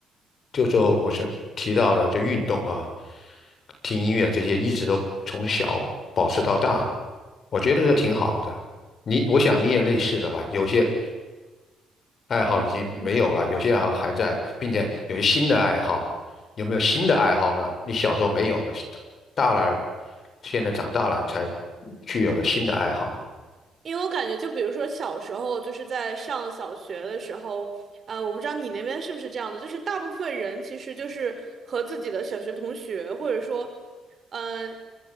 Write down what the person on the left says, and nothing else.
就说我是提到的，就运动啊、听音乐这些，一直都从小保持到大，我觉得这挺好的。你，我想你也类似的吧？有些爱好已经没有了，
有些爱好还在，并且有些新的爱好。有没有新的爱好呢？你小时候没有的，大了，现在长大了才具有的新的爱好。